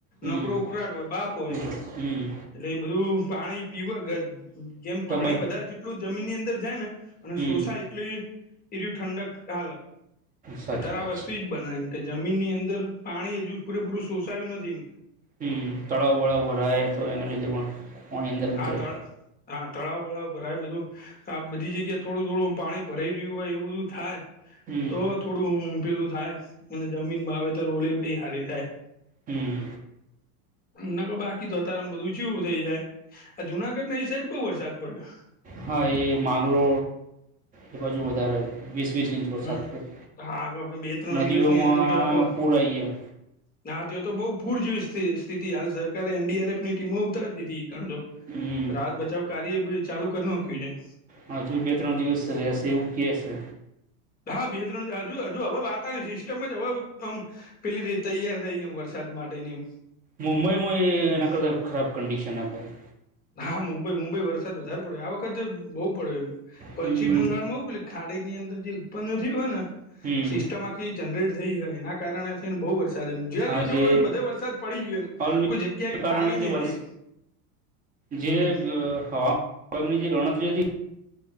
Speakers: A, on the right; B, on the left.
A: હમ
B: નકરો ઉખરાાટ હોય બાફ હોય
A: હમ
B: એટલે એ બધું પાણી પીવ ગ જેમ
A: દબાય
B: પાણી વધારે જેટલું જમીન ની અંદર જાય ને અને
A: હમ
B: શોષાય એટલી એ ઠંડક <unintelligible>
A: સાચી
B: ત્યારે
A: વાત
B: બસું
A: છે
B: બના એમ કે જમીન ની અંદર પાણી હજુ પૂરેપૂરું સોષાયું નથી
A: હમ તળાવ બળાવ ભરાય તો એના લીધે પણ પાણી અંદર
B: હા
A: ઉતરે
B: ત હા તળાવ બળાવ ભરાય બધું આ બધી જગ્યાએ થોડું થોડું પાણી ભરાઈ રહ્યું હોય એવું બધું થાય
A: હમ
B: તો થોડું પેલું થાય અને જમીન ભાવ તો રોલે પહી હારી થાય
A: હમ
B: ન ક બાકી તો અત્યારેમ બધું છેવું થઇ જાય આ જુનાગઢ ના એ સાઈડ બહુ વરસાદ પડ્યો
A: હા એ માંગરો એ બાજુ વધારે વીસ વીસ ઇંચ વરસાદ
B: હમ
A: પડે
B: હા બે ત્રણ
A: નદીઓમાં
B: દિવસની અંદર તો આખો
A: પૂર આવી ગયા
B: ના અત્યારે તો બવ પૂર જેવી સ્થિતિ હાલ સરકારે એન ડી આર એફ ની ટીમો ઉતારી દીઘી ગણતો
A: હમ
B: રાહત બચાવ કાર્ય બી ચાલુ કરી નાખ્યું છે
A: હાજુ બે ત્રણ દિવસ રહેશે એવું કહે છે
B: હા બે ત્રણ હજુ હજુ હવે વાતાવરણ સિસ્ટમ જ હવે આમ પેલી રી તૈયાર થઈ છે એમ વરસાદ માટેની
A: મુુંબઈમાં
B: હમ.
A: એના કરતા ખરાબ કંડિશન આપાય
B: હા મુંબઈ મુંબઈ વરસાદ વધારે પડ્યો આ વખતે બહુ પડ્યો એમ
A: હમ
B: પશ્ચિમ બંગાળમાંવ પેલી ખાડી ની અંદર જે ઉત્પન્ન નથી હોય ને
A: હમ
B: સિસ્ટમ થી જનરેટ થઈ હોય એના કારણે થઈને બહુ વર્ષ જોયા
A: આજે
B: જો જો એમ બધો વરસાદ પડી ગયો એમ
A: અલ
B: કોઈ જગ્યા એ
A: કારણે
B: ખાલી
A: જે
B: નહી
A: વર્ષ
B: રહી
A: જે
B: હમ
A: હવામાનાગની જે ગણતરી હતી